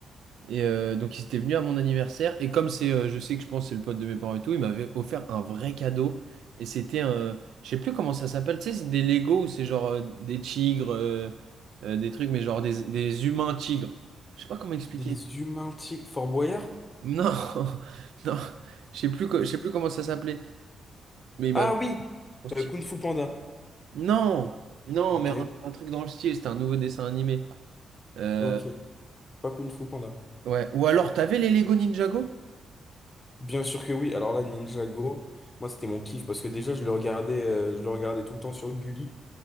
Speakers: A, on the right (about 80°); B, on the left (about 20°).
A: Et euh, donc ils étaient venus à mon anniversaire et comme c'est, euh, je sais que je pense que c'est le pote de mes parents et tout, il m'avait offert un vrai cadeau et c'était un, je sais plus comment ça s'appelle, tu sais, c'est des Lego ou c'est genre euh, des tigres, euh, euh, des trucs mais genre des, des humains tigres. Je sais pas comment expliquer.
B: des humains tiques. Fort Boyard?
A: Non, <laughs> non, je sais plus, co-
B: Des-
A: je sais plus comment ça s'appelait, mais il
B: Ah
A: m'avait
B: oui,
A: trop stylé.
B: euh, Kung Fu Panda.
A: Non, non,
B: Ok,
A: mais un, un truc dans le style, c'était un nouveau dessin animé. Euh,
B: ok. Pas Kung Fu Panda.
A: ouais. Ou alors, t'avais les Lego Ninjago?
B: Bien sûr que oui. Alors là, Ninjago, moi c'était mon kiff parce que déjà je le regardais, euh, je le regardais tout le temps sur Gulli.